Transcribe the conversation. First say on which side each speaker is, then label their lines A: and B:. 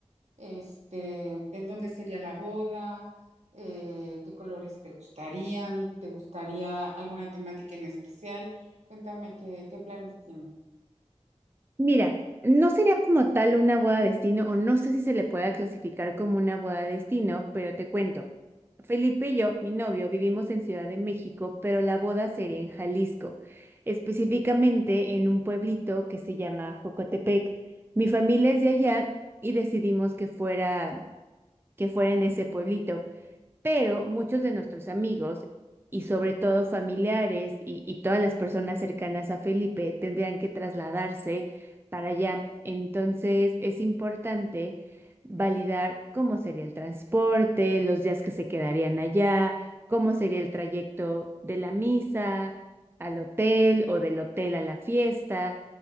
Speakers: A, on the right; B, on the right.
A: este, en dónde sería la boda? Eh, ¿qué colores te gustarían? ¿Te gustaría alguna temática en especial? Cuéntame qué, qué planes tienen.
B: Mira, no sería como tal una boda destino, o no sé si se le pueda clasificar como una boda destino, pero te cuento. Felipe y yo, mi novio, vivimos en Ciudad de México, pero la boda sería en Jalisco, específicamente en un pueblito que se llama Jocotepec. Mi familia es de allá y decidimos que fuera, que fuera en ese pueblito. pero muchos de nuestros amigos y sobre todo familiares y, y todas las personas cercanas a Felipe tendrían que trasladarse para allá. Entonces es importante validar cómo sería el transporte, los días que se quedarían allá, cómo sería el trayecto de la misa al hotel o del hotel a la fiesta